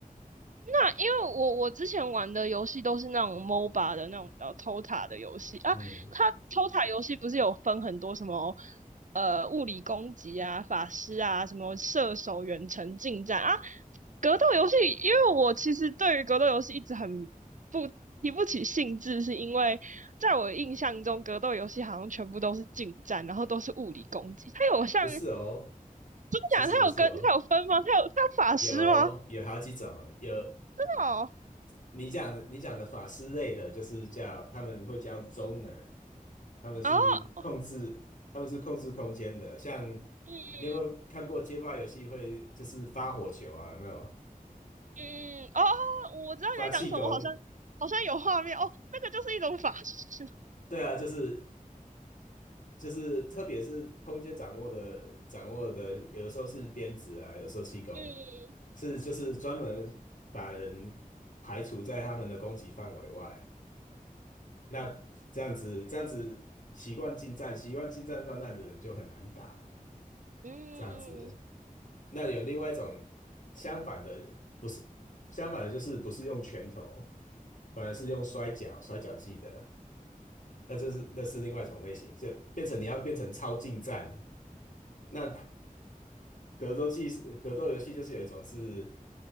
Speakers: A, on the right; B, on the left.
A: 那因为我我之前玩的游戏都是那种 MOBA 的那种呃偷塔的游戏啊，
B: 嗯，
A: 它偷塔游戏不是有分很多什么呃物理攻击啊、法师啊、什么射手、远程近战啊，格斗游戏，因为我其实对于格斗游戏一直很不提不起兴致，是因为在我印象中，格斗游戏好像全部都是近战，然后都是物理攻击。它有像真的
B: 不是哦，其实不是哦，
A: 假的？它有跟它有分吗？它有它有法师吗？
B: 有有好几种啊，有
A: 真的哦。
B: 你讲的你讲的法师类的，就是叫他们会叫 zoner，他们是控制他们是控制空间的。
A: 然后
B: 像
A: 嗯
B: 你有没有看过街霸游戏会就是发火球啊？有没有
A: 嗯哦，我知道你在讲什么，
B: 发气功？
A: 我好像好像有画面哦，那个就是一种法师。
B: 对啊，就是就是特别是空间掌握的掌握的，有的时候是鞭子啊，有的时候气功，
A: 嗯
B: 是就是专门把人排除在他们的攻击范围外。那这样子这样子习惯近战，习惯近战乱战的人就很难打。
A: 嗯
B: 这样子，那有另外一种相反的，不是相反的，就是不是用拳头，反而是用摔跤摔跤技的。那这是那是另外一种类型，就变成你要变成超近战，那格斗技是格斗游戏，就是有一种是，